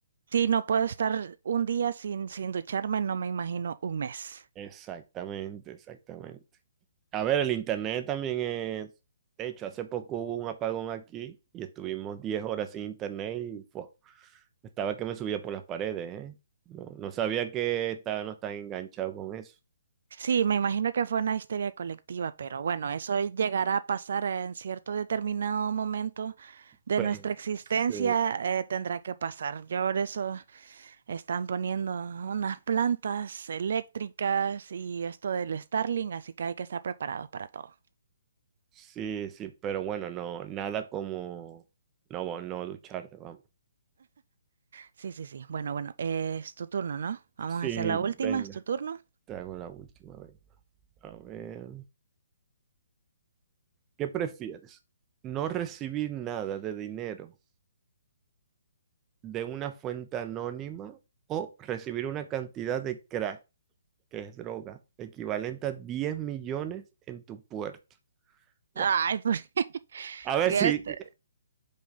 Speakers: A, on the right; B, on the right.
A: Sí, no puedo estar un día sin, sin ducharme, no me imagino un mes.
B: Exactamente, exactamente. A ver, el internet también es. De hecho, hace poco hubo un apagón aquí y estuvimos 10 horas sin internet y fue Estaba que me subía por las paredes, ¿eh? No, no sabía que estaba no tan enganchado con eso.
A: Sí, me imagino que fue una histeria colectiva, pero bueno, eso llegará a pasar en cierto determinado momento de
B: Pero,
A: nuestra existencia,
B: sí,
A: eh, tendrá que pasar. Yo por eso Están poniendo unas plantas eléctricas y esto del Starlink, así que hay que estar preparados para todo.
B: sí, sí, pero bueno, no, nada como no, no ducharte, vamos.
A: Sí, sí, sí. Bueno, bueno, es tu turno, ¿no? Vamos
B: Sí,
A: a hacer la
B: venga,
A: última, es tu turno.
B: te hago la última vez. A ver, ¿qué prefieres? ¿No recibir nada de dinero de una fuente anónima o recibir una cantidad de crack, que es droga, equivalente a 10 millones en tu puerta? Wow.
A: Ay, ¿por qué? <laughs>
B: A ver
A: Este,
B: si,